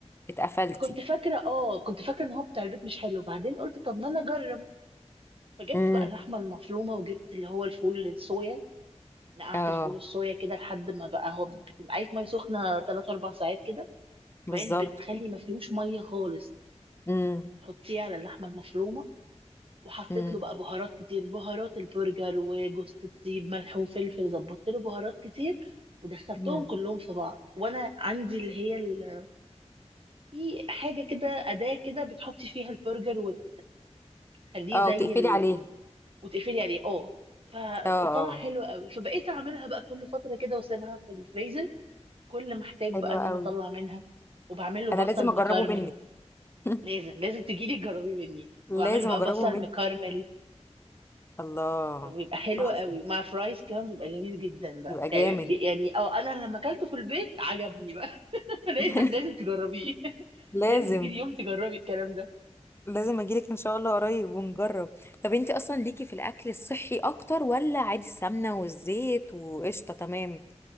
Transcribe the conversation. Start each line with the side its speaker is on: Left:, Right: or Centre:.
Left: اتقفلتي
Right: فكنت فاكرة اه كنت فاكرة ان هو بتاع البيت مش حلو بعدين قلت طب ما انا اجرب فجبت
Left: امم
Right: بقى اللحمة المفرومة وجبت اللي هو الفول الصويا نقعت
Left: اه
Right: الفول الصويا كده لحد ما بقى هو بتبقى عايز ميه سخنه 3 4 ساعات كده وبعدين
Left: بالظبط
Right: بتخلي ما فيهوش ميه خالص
Left: امم
Right: تحطيه على اللحمه المفرومه وحطيت
Left: امم
Right: له بقى بهارات كتير بهارات البرجر وجوز الطيب ملح وفلفل ظبطت له بهارات كتير ودخلتهم
Left: امم
Right: كلهم في بعض وانا عندي اللي هي ال... في حاجه كده اداه كده بتحطي فيها البرجر وت... وتخليه
Left: اه
Right: زي
Left: وتقفلي
Right: ال...
Left: عليها
Right: وتقفلي عليه اه فطلع
Left: اه اه
Right: حلو قوي فبقيت اعملها بقى كل فتره كده واسيبها في الفريزر كل ما احتاج
Left: حلو
Right: بقى ان
Left: قوي
Right: انا اطلع منها وبعمل له
Left: انا
Right: بصل
Left: لازم اجربه
Right: مكرمل
Left: منك <laughs>
Right: لازم لازم تجيلي تجربي مني
Left: لازم
Right: وبعمل له بقى
Left: اجربه
Right: بصل
Left: منك
Right: مكرمل
Left: الله
Right: فبيبقى حلو
Left: تحفه
Right: قوي مع فرايز كمان بيبقى جميل جدا بقى
Left: يبقى جامد
Right: يعني يعني اه انا لما اكلته في البيت عجبني بقى <laughs> لازم
Left: <laughs>
Right: لازم تجربيه <laughs>
Left: لازم
Right: لازم تجيلي يوم تجربي الكلام ده
Left: لازم اجيلك ان شاء الله قريب ونجرب طب انت اصلا ليكي في الاكل الصحي اكتر ولا عادي السمنه والزيت وقشطه تمام